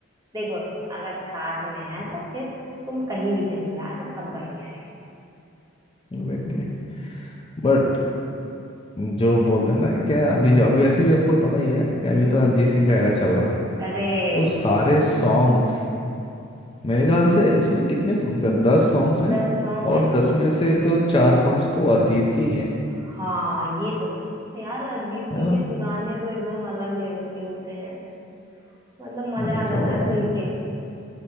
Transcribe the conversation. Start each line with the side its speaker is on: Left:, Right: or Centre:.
Right: देखो अगर साथ में है तो फिर तुम कहीं भी चलो यार सब बढ़िया है
Left: एग्जैक्टली बट जो बोलते हैं ना क्या अभी जो अभी वैसे भी आपको पता ही है कि अभी
Right: हम्म।
Left: तो अरिजीत सिंह का एरा चल रहा है
Right: अरे
Left: तो सारे सॉन्ग्स मेरे ख्याल
Right: हाँ
Left: से इसमें कितने सॉन्ग्स हैं दस सॉन्ग्स हैं
Right: दस सॉन्ग
Left: और
Right: है
Left: दस में से तो चार पांच तो अरिजीत के ही हैं
Right: हाँ ये तो है तो यार अरिजीत
Left: है
Right: सिंह
Left: ना
Right: के गाने तो एकदम अलग लेवल के होते हैं मतलब मजा
Left: वही
Right: आ
Left: तो
Right: जाता है सुन
Left: ये-
Right: के